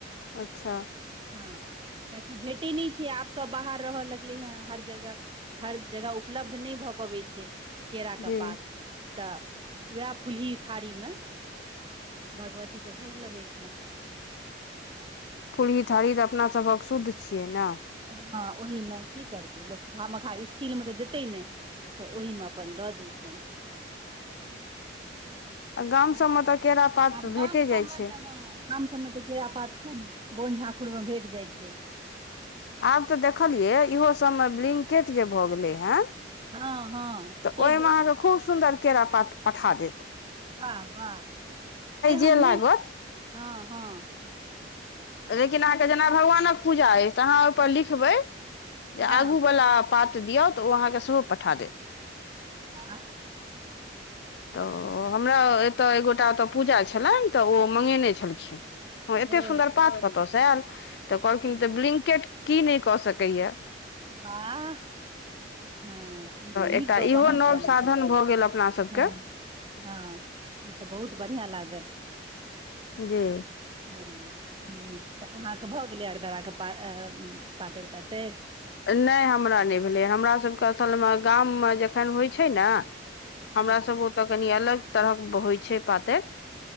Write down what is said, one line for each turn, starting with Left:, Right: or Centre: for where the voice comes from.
Left: अच्छा।
Right: हां। कियाकि भेटे नै छै, आब सब बाहर रहय लगलै हेँ हर जगह हर जगह उपलब्ध नै भऽ पबै छै केरा क
Left: जी
Right: पात तऽ वाएह फूल्ही थारी मे भगवती के भोग लगै छैन।
Left: फूल्ही थारी तऽ अपना सभक शुद्ध छियै नै।
Right: हां ओहिमे की करतै लोक खा मखाय स्टील मे तऽ देतै नै। तऽ ओहिमे अपन दऽ दै छैन। <unintelligible>
Left: गाम सभमे तऽ केरा पात
Right: आब
Left: भेटे
Right: गाम सबमे
Left: जाइ छै
Right: त हां। गाम सबमे तऽ केरा पात खूब बोन झाखूर मे भेट जाय छै।
Left: आब तऽ देखलियै इहो सबमे ब्लिंकेट जे भऽ गेलै हेँ
Right: हँ हँ
Left: तऽ
Right: ताहि
Left: ओय
Right: दुआरे
Left: मे अहाँके खूब सुन्दर केरा पात पठा दैत।
Right: बाह-बाह सेे हम
Left: जे लागत
Right: नै हां-हां।
Left: लेकिन अहाँके जेना भगवानक पूजा ऐछ तऽ अहाँ ओय पर लिखबै जे
Right: हँ
Left: आगु वला पात दियौ त उ अहां के सेहो पठा दैत।
Right: वाह।
Left: तऽ हमरा एता एक गोटा ओता पूजा छलैन तऽ ओ मंगैने छलखिन। हां एते
Right: ओ
Left: सुन्दर पात कता से आएल। तऽ कहलखिन
Right: हँ
Left: तऽ ब्लिंकेट की न कऽ सकैया।
Right: बाह। हां ई तऽ नीक
Left: एकटा
Right: गप
Left: इहो
Right: अहाँ
Left: नव
Right: कहलौ
Left: साधन भऽ गेल अपना सबके
Right: हां। हां ई तऽ बहुत बढ़ियाँ लागल।
Left: जी।
Right: हां ई त अहाँके भऽ गेलै अरदरा के पा ए पातैर-तातैर।
Left: नै हमरा नै भेलै हमरा सबके असलमे गाममे जखन होय छै नै
Right: हँ
Left: हमरा सब ओता कनि अलग तरहक होय छै पातैर।